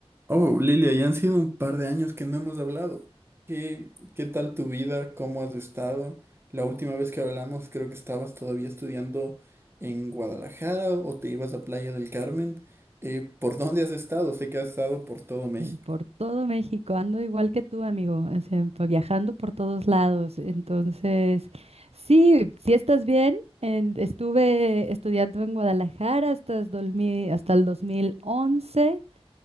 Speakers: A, on the right; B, on the right.
A: Oh, Lilia, ya han sido un par de años que no hemos hablado. ¿Qué, qué tal tu vida? ¿Cómo has estado? La última vez que hablamos creo que estabas todavía estudiando en Guadalajara o te ibas a Playa del Carmen. Eh, ¿por dónde has estado? Sé que has estado por todo México.
B: eh, Por todo México, ando igual que tú, amigo, o sea, pa- viajando por todos lados. Entonces, sí, si estás bien. En- estuve estudiando en Guadalajara hasta, el dos mil hasta el dos mil once